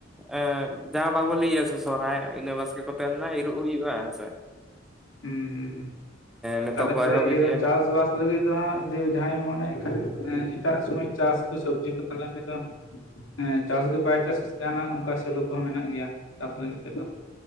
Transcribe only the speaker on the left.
ᱩᱸᱻᱻ
ᱛᱟᱞᱦᱮ
ᱛᱚᱞᱮ
ᱤᱭᱟᱹᱜᱼᱟ
ᱪᱟᱥ
ᱵᱟᱥ ᱞᱟᱹᱜᱤᱫ ᱛᱮᱦᱟᱸᱜ ᱡᱮ ᱡᱟᱦᱟᱸᱟᱭ ᱢᱚᱱᱮᱭ ᱠᱷᱟᱱ ᱮᱴᱟᱜ ᱥᱚᱢᱚᱭ ᱪᱟᱥ ᱠᱚ ᱥᱚᱵᱽᱡᱤ ᱠᱚ ᱯᱟᱞᱮᱱ ᱩᱱᱤ ᱫᱚ ᱦᱮᱸ ᱪᱟᱥ ᱜᱮ ᱵᱟᱭ ᱪᱟᱥᱟ ᱪᱟᱹᱥᱟᱥᱮ ᱡᱟᱦᱟᱱᱟᱜ ᱚᱱᱠᱟ ᱥᱮᱞᱩ ᱠᱚᱦᱚᱸ ᱢᱮᱱᱟᱜ ᱜᱮᱭᱟ ᱪᱟᱥ ᱞᱟᱹᱜᱤᱫ ᱛᱮᱫᱚ